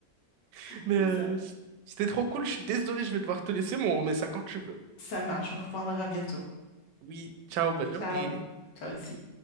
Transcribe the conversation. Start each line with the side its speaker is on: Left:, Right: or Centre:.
Right: <laughs> Mais
Left: C'est
Right: euh,
Left: ça.
Right: c'était trop cool, je suis désolé, je vais devoir te laisser, mais on remet ça quand tu veux.
Left: Ça marche, on reparlera bientôt.
Right: Oui, ciao, bonne
Left: Ciao.
Right: journée.
Left: Toi aussi.